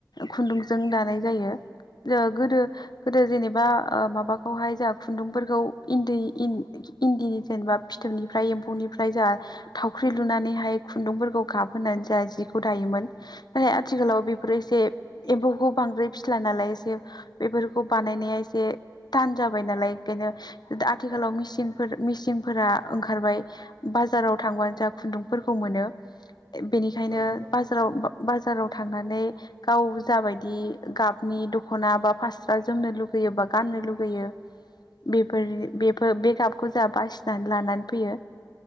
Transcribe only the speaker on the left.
खुन्दुंजों दानाय जायो। जामा गोदो गोदो जेनेबा आ माबाखौहाय जाहा खुन्दुंफोरखौ इन्दि इन इन्दिनि जेनेबा फिथोबनिफ्राय एम्फौनिफ्राय जा थावख्रि लुनानैहाय खुन्दुंफोरखौ गाबहानै जाहा जिखौ दायोमोन नाथाय आथिखालाव बेफोर एसे एम्फौखौ बांद्राय फिला नालाय एसे बेफोरखौ बानायनाया एसे तान जाबाय नालाय ओंखाय नो दा आथिखालाव
मिसिनफोर मिसिनफोरा ओंखारबाय बाजाराव थांबानो जा खुन्दुंफोरखौ मोनो बेनिखायनो
बाजाराव बाजाराव थांनानै गाव जाबायदि गाबनि दख'ना बा फासरा जोमनो लुुबैय योबा गाननो लुुबैयो। बेफोर बेफोर बे गाबखौ जाहा बासिनानै लानानै फैयो।